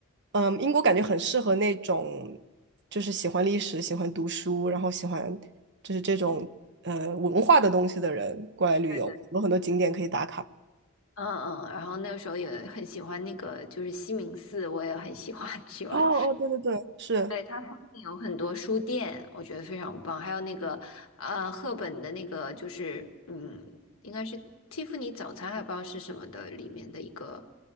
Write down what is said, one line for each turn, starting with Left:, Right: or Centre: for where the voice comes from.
Right: 嗯，英国感觉很适合那种，就是喜欢历史、喜欢读书，然后喜欢就是这种呃文化的东西的人过来旅游，
Left: 对的，
Right: 有很多景点可以打卡。
Left: 嗯嗯，然后那个时候也很喜欢那个，就是西敏寺，我也很喜欢 <laughs> 去玩。
Right: 哦哦，对对对，是，
Left: 对，它附近有很多书店，我觉得非常棒。还有那个，呃，赫本的那个，就是嗯，应该是蒂芙尼早餐，还不知道是什么的里面的一个，